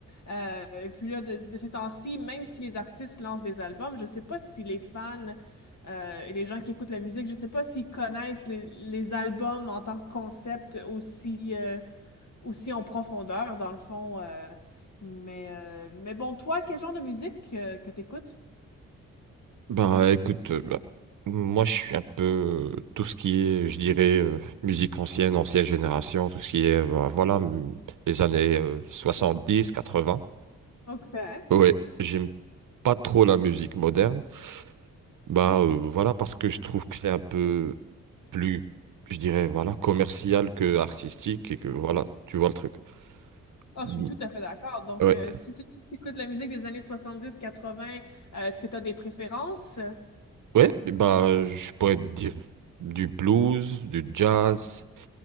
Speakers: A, on the left (about 50°); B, on the right (about 60°).
A: Euh, et puis là, de, de ces temps-ci, même si les artistes lancent des albums, je sais pas si les fans euh, et les gens qui écoutent la musique, je sais pas s'ils connaissent les, les albums en tant que concept aussi, euh, aussi en profondeur, dans le fond. euh. mais, euh, mais bon, toi, quel genre de musique euh, que tu écoutes?
B: Bah écoute, euh, bah, moi je suis un peu euh, tout ce qui est, je dirais, euh, musique ancienne, ancienne génération, tout ce qui est, euh, bah, voilà, m- les années euh, soixante-dix, quatre-vingts
A: OK.
B: Ouais, j'aime pas trop la musique moderne. Bah euh, voilà, parce que je trouve que c'est un peu plus, je dirais, voilà, commercial que artistique et que voilà,
A: Mm.
B: tu vois le truc.
A: Ah,
B: Mm.
A: je suis tout à fait d'accord. Donc,
B: Ouais,
A: euh, si tu écoutes la musique des années 70-80, est-ce que tu as des préférences?
B: ouais, bah je pourrais te dire du blues, du jazz.